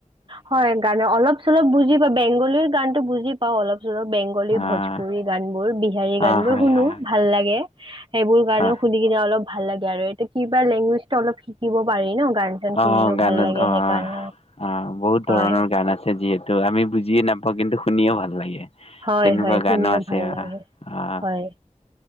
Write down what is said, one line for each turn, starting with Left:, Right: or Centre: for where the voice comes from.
Right: হয় গানে অলপ চলপ বুজি পাব বেংগলীৰ গানটো বুজি পাওঁ অলপ বেংগলী
Left: আহ
Right: ভোজপুৰী গান বোৰ বিহাৰী গান
Left: আহ হয়
Right: বোৰ শুনো
Left: হয় হয়
Right: ভাল লাগে সেইবোৰ গানো
Left: আহ
Right: শুনি কিনে অলপ ভাল লাগে আৰু এয়া কিবা লেংগুৱেজটো অলপ শিকিব পাৰি ন গান চান
Left: অ
Right: শুনিও
Left: গান
Right: ভাল লাগে
Left: অ
Right: সেইকাৰণে
Left: অ বহুত ধৰণৰ
Right: হয়
Left: গান আছে যিহেতু আমি বুজিয়ে নাপাওঁ কিন্তু শুনিয়ো ভাল লাগে
Right: হয়
Left: তেনেকোৱা
Right: হয় শুনিও
Left: গানো আছে
Right: ভাল
Left: আহ
Right: লাগে
Left: আহ
Right: হয়